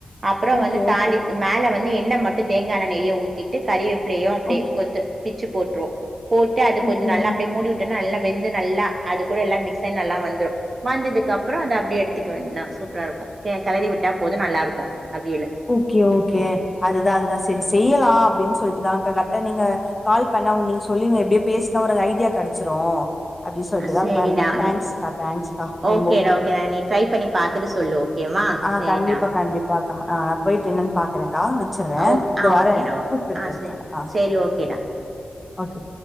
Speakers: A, on the right (about 50°); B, on the left (about 15°).
A: அப்புறோ
B: ஓகே
A: வந்து
B: ஓகே
A: தாளி மேல வந்து எண்ணெ மட்டு தேங்கா எண்ணெ நெறய ஊத்திட்டு கறிவேப்பிலையு அப்டியே
B: ஓகே
A: கொத்து பிச்சு போட்ருவோ போட்டு அது
B: ஓகே
A: கொஞ்ச நல்லா
B: ஓகே
A: அப்டியே மூடிவுட்டேன்னா நல்லா வெந்து நல்லா அது கூட எல்லா மிக்ஸன் நல்லா வந்துரு வந்ததுக்கு அப்றோ அத அப்டியே எடுத்துக்க வேண்தா சூப்ரா இருக்கூ கெ கெளறி விட்டா போது நல்லா இருக்கூ அவியலு
B: ஓகே ஓகே அதுதா அதுதா செரி செய்யலா அப்டின் சொல்ட்டுதா இப்ப கரட்டா நீங்க கால் பண்ணா வு நீங்க சொல்லிருங்க எப்டியே பேஸ்னா ஒரு ஐடியா கெடச்சுரு அப்டின் சொல்ட்டுதா
A: சேரிடா
B: பண்ணே தங்க்ஸ்கா
A: நீ
B: தங்க்ஸ்கா ரொம்போ
A: ஓகேடா ஓகேடா நீ ட்ரை பண்ணி பாத்துட்டு சொல்லு ஓகேவா
B: ஆ
A: சேரிடா
B: கண்டிப்பா கண்டிப்பாகா ஆ போய்ட்டு என்னன் பாக்குறேகா வச் வச்சர்றே
A: ஓகே
B: இந்தா
A: ஆ
B: வாரே
A: ஓகேடா ஓகே
B: கூப்ட்டுட்டு
A: ஆ
B: இருகாங்க
A: சே
B: ஆ
A: சேரி ஓகேடா
B: ஓகே